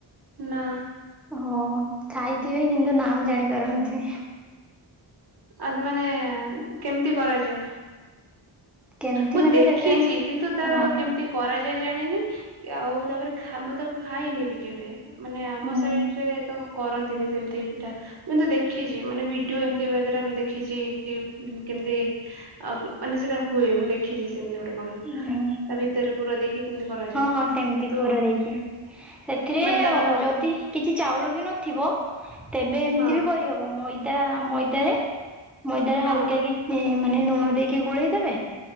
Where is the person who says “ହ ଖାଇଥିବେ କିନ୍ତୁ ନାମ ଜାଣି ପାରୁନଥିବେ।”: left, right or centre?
Centre